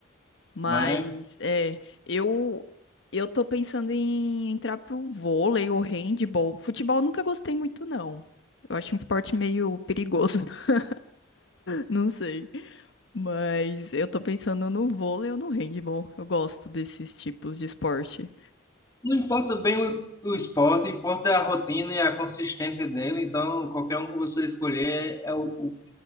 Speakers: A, on the left (about 65°); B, on the left (about 15°).
A: Mas,
B: mas.
A: é, eu eu tô pensando em entrar pro vôlei ou handball. Futebol eu nunca gostei muito, não. Eu acho um esporte meio perigoso, <laughs> não sei. Mas eu tô pensando no vôlei ou no handball. Eu gosto desses tipos de esporte.
B: Não importa bem o, o esporte, importa a rotina e a consistência dele. Então, qualquer um que você escolher, é o, o